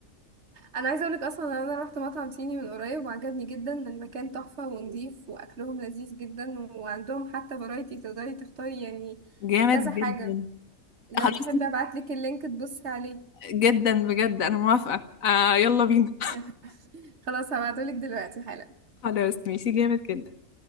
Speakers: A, on the right; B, on the left.
A: انا عايزه اقولك اصلا إن انا رحت مطعم صيني من قريب وعجبني جدا المكان تحفه ونضيف واكلهم لذيذ جدا وعندهم حتى فرايتي تقدري تختاري يعني
B: جامد
A: كذا حاجه
B: جدا
A: لو
B: خلاص
A: تحبي ابعتلك اللينك تبصي عليه
B: جدا بجد انا موافقة آه يلا بينا
A: <laughs> خلاص هبعتهولك دلوقتي حالا
B: خلاص ماشي جامد جدا